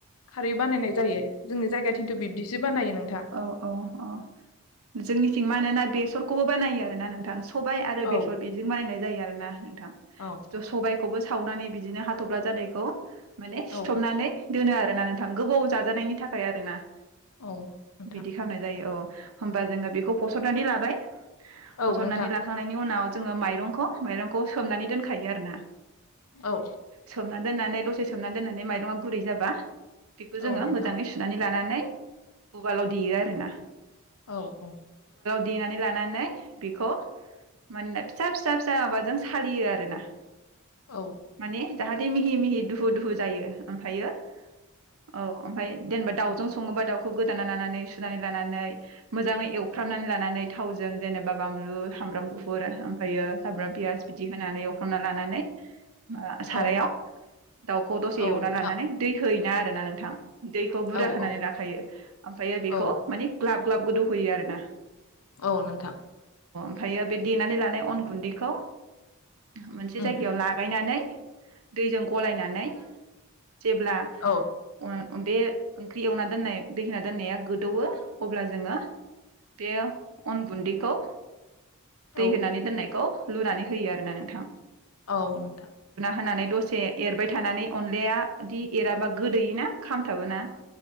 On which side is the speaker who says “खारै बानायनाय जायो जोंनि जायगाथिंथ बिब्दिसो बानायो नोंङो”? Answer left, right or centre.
Left